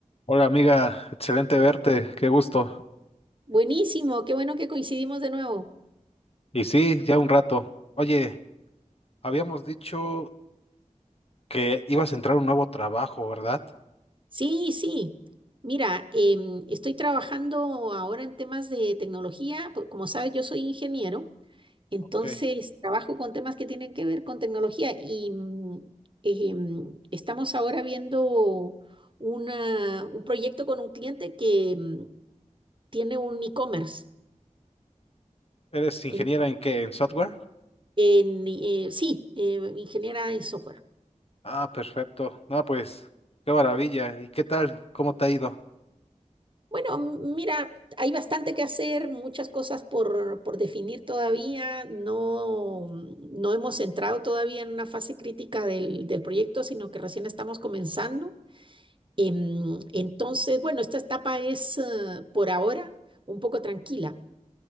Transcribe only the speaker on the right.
Buenísimo, qué bueno que coincidimos de nuevo.
Sí, sí. Mira, em, estoy trabajando ahora en temas de tecnología. po- Como sabes, yo soy ingeniero, entonces
trabajo con temas que tienen que ver con tecnología y mm, em, estamos ahora viendo una- un proyecto con un cliente que mm, tiene un e-commerce.
En,
en, eh, sí, eh, ingeniera en software.
Bueno, m- mira, hay bastante que hacer, muchas cosas por, por definir todavía. No, no hemos entrado todavía en una fase crítica del, del proyecto, sino que recién estamos comenzando. Em, entonces, bueno, esta etapa es, eh, por ahora un poco tranquila.